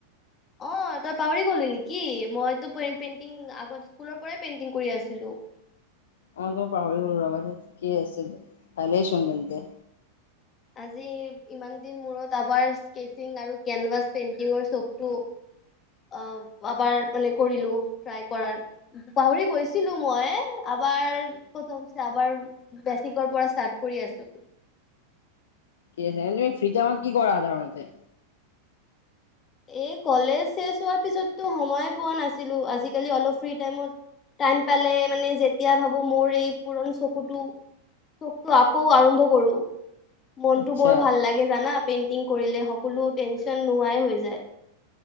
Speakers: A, on the left (about 25°); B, on the left (about 60°).
A: অ', তই পাহৰি গলি নিকি মইতো পে-পেইণ্টিং, আগৰ স্কুলৰ পৰাই পেইণ্টিং কৰি আছিলো। <inaudible>
B: অ', তো পাহৰি গলো ৰবা দে, ঠিকেই আছে ভালেচোন তেন্তে
A: আজি ইমান দিন মূৰত আবাৰ স্কেচিং আৰু কেনভাছ পেইন্টিঙৰ চকো অ, আবাৰ মানে কৰিলো ট্ৰাই কৰাৰ, পাহৰি গৈছিলো মই আ আমাৰ প্ৰথম আবাৰ বেচিকৰ পৰা ষ্টাৰ্ট কৰি আছো।
B: কি হেৰি ফ্ৰী টাইমত কি কৰা সাধাৰণতে?
A: এই কলেজ শেষ হোৱাৰ পিছতো সময় পোৱা নাছিলো, আজিকালি অলপ ফ্ৰী টাইমত টাইম পালে মানে যেতিয়া ভাবো মোৰ এই পুৰণি চকুটো চখটো আকৌ আৰম্ভ কৰো। মনতো
B: আচ্ছা
A: বৰ ভাল লাগে জানা, পেইন্টিং, কৰিলে, সকলো টেনচন নোহোৱাই হৈ যায়।